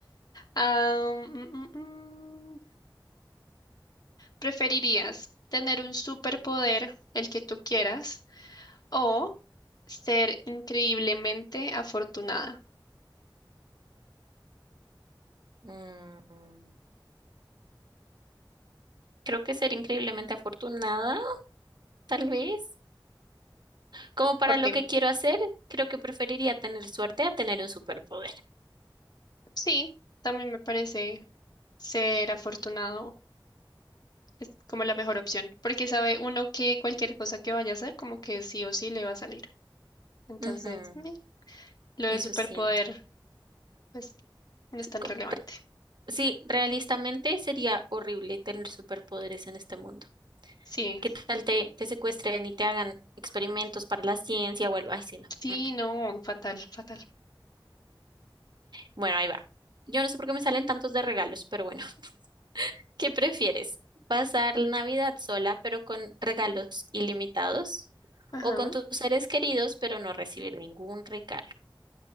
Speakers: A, on the left; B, on the right.
A: Ah, mm, mm, mm. ¿Preferirías tener un superpoder, el que tú quieras? O ser increíblemente afortunada.
B: Mm, creo que ser increíblemente afortunada, tal vez. Como para
A: Porque
B: lo que quiero hacer, creo que preferiría tener suerte a tener un superpoder.
A: sí, también me parece ser afortunado es como la mejor opción. Porque sabe uno que cualquier cosa que vaya a hacer, como que sí o sí le va a salir. Entonces,
B: Ujú,
A: meh, lo
B: eso
A: del superpoder,
B: siento.
A: pues no
B: Sí,
A: es tan
B: como
A: relevante.
B: Sí, realistamente sería horrible tener superpoderes en este mundo.
A: Sí,
B: ¿Qué tal te, te secuestren y te hagan experimentos para la ciencia o algo? Ay, sí, no.
A: sí,
B: Mm.
A: no, fatal, fatal.
B: Bueno, ahí va. Yo no sé por qué me salen tantos de regalos, pero bueno, <laughs> ¿qué prefieres? ¿Pasar la Navidad sola, pero con regalos ilimitados?
A: Ajá.
B: ¿O con tus seres queridos, pero no recibir ningún regalo?